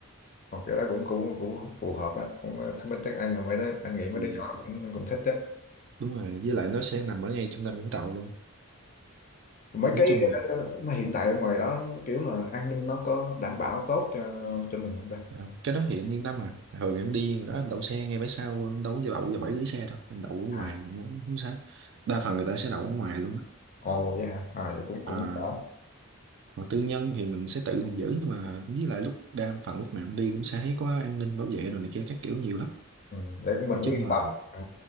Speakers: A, on the left; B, on the right.
A: học cái đó cũng cũng cũng phù hợp á cũng thích mấy Anh không phải nói anh nghĩ mấy
B: ừ,
A: đứa nhỏ cũng cũng thích á
B: đúng rồi với lại nó sẽ nằm ở ngay trung tâm Vũng Tàu luôn
A: mấy
B: nói
A: cái
B: chung là
A: ờ, mà hiện tại ở ngoài đó kiểu là an ninh nó có đảm bảo tốt cho cho mình không ta
B: À, cái đó thì anh yên tâm à thường em đi đó em đậu xe ngay bãi sau em đâu có đậu vào bãi dưới xe đâu em đậu ở
A: à
B: ngoài thì không, không sao đa phần người ta sẽ đậu ở ngoài luôn á
A: ồ vậy hả à vậy cũng cũng
B: à,
A: ổn
B: còn tư nhân thì mình sẽ tự mình giữ nhưng mà với lại lúc đa phần lúc nào em đi cũng sẽ thấy có an ninh bảo vệ rồi này kia các kiểu nhiều lắm
A: ừ, để của mình
B: nói
A: cũng
B: chung
A: yên
B: là
A: tâm à,